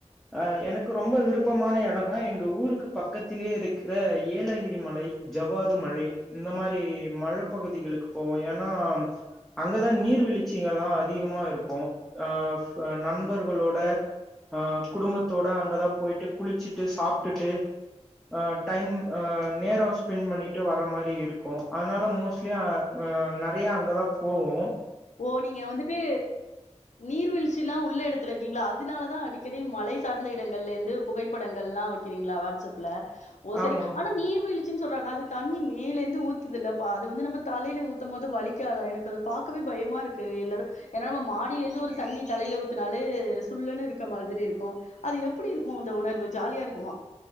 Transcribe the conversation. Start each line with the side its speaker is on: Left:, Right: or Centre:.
Centre: அஹ் எனக்கு ரொம்ப விருப்பமான எடம்னா எங்க ஊருக்கு பக்கத்திலேயே இருக்கிற ஏலகிரி மலை ஜவ்வாது மழை இந்த மாதிரி மழப்பகுதிகளுக்கு போவோம் ஏன்னா அங்கதான் நீர்வீழ்ச்சிகள் எல்லாம் அதிகமா இருக்கும் அஹ் நண்பர்களோட அஹ் குடும்பத்தோட அங்கதான் போயிட்டு குளிச்சுட்டு சாப்பிட்டுட்டு அஹ் டைம் அஹ் நேரம் ஸ்பெண்ட் பண்ணிட்டு வர்ற மாதிரி இருக்கும் அதனால மோஸ்ட்லி ஹன் நிறைய அங்கதான் போவோம்
Left: ஓ நீங்க வந்துட்டு நீர்வீழ்ச்சில்லாம் உள்ள இடத்துல இருக்கீங்களா அத் அதனால தான் அடிக்கடி மழை சார்ந்த இடங்கள்ல இருந்து புகைப்படங்கள்லாம் வைக்கிறீங்களா வாட்ஸ்அப்ல ஓ சரி
Centre: ஆமாங்க
Left: ஆனா நீர் வீழச்சின் சொல்றாங்க அது தண்ணி மேலே இருந்து ஊத்துதல்ல பா அது வந்து நம்ம தலையில் ஊத்தும் போது வலிக்காத எனக்கு பார்க கவே பயமா இருக்கு எல்லாரும் ஏன்னா நம்ம மாடியில இருந்து ஒரு தண்ணி தலையில ஊத்தினாலே சுல்லுனு இருக்க மாதிரி இருக்கும் அது எப்படி இருக்கும் அந்த உணர்வு ஜாலியா இருக்கு